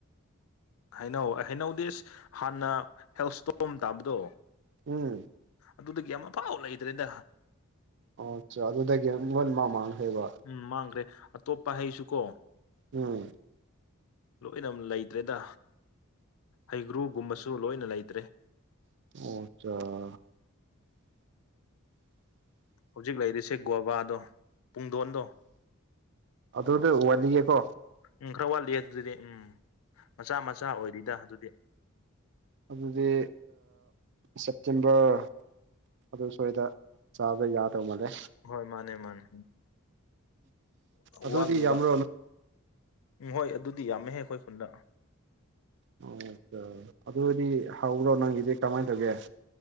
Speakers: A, on the left; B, on the right.
A: ꯍꯩꯅꯧ ꯍꯩꯅꯧꯗꯦꯁ ꯍꯥꯟꯅ ꯍꯦꯜꯁꯇꯣꯝ ꯇꯥꯕꯗꯣ
B: ꯎꯝ
A: ꯑꯗꯨꯗꯒꯤ ꯑꯃꯐꯥꯎ ꯂꯩꯇ꯭ꯔꯦꯗ
B: ꯑꯣ ꯑꯠꯆꯥ ꯑꯗꯨꯗꯒꯤ ꯂꫭꯏꯅꯃꯛ ꯃꯥꯡꯈ꯭ꯔꯦꯕ
A: ꯎꯝ ꯃꯥꯡꯈ꯭ꯔꯦ ꯑꯇꯣꯞꯄ ꯍꯩꯁꯨ ꯀꯣ
B: ꯎꯝ
A: ꯂꯣꯏꯅ ꯂꯩꯇ꯭ꯔꯦꯗ ꯍꯩꯒ꯭ꯔꯨꯒꯨꯝꯕꯁꯨ ꯂꯣꯏꯅ ꯂꯩꯇ꯭ꯔꯦ
B: ꯑꯣ ꯑꯆꯥ
A: ꯍꯧꯖꯤꯛ ꯂꯩꯔꯤꯁꯦ ꯒꯣꯕꯥꯗꯣ ꯄꯨꯡꯗꯣꯟꯗꯣ
B: ꯑꯗꯨꯗꯤ ꯋꯥꯠꯂꯤꯌꯦꯀꯣ
A: ꯎꯝ ꯈꯔ ꯋꯥꯠꯂꯤꯑ ꯑꯗꯨꯗꯤ ꯎꯝ ꯃꯆꯥ ꯃꯆꯥ ꯑꯣꯏꯔꯤꯗ ꯑꯗꯨꯗꯤ
B: ꯑꯗꯨꯗꯤ ꯁꯦꯞꯇꯦꯝꯕꯔ ꯑꯗꯨ ꯁ꯭ꯋꯥꯏꯗ ꯆꯥꯕ ꯌꯥꯗꯧ ꯃꯥꯜꯂꯦ
A: ꯍꯣꯏ ꯃꯥꯅꯦ ꯃꯥꯅꯦ
B: ꯑꯗꯨꯗꯤ
A: ꯋꯥꯠꯂꯤꯕ
B: ꯌꯥꯝꯕ꯭ꯔꯣ
A: ꯎꯝ ꯍꯣꯏ ꯑꯗꯨꯗꯤ ꯌꯥꯝꯃꯦꯍꯦ ꯑꯩꯈꯣꯏ ꯈꯨꯟꯗ
B: ꯑꯣ ꯑꯆꯥ ꯑꯗꯨ ꯑꯣꯏꯔꯗꯤ ꯍꯧꯕ꯭ꯔꯣ ꯅꯪꯒꯤꯗꯤ ꯀꯃꯥꯏꯅ ꯇꯧꯒꯦ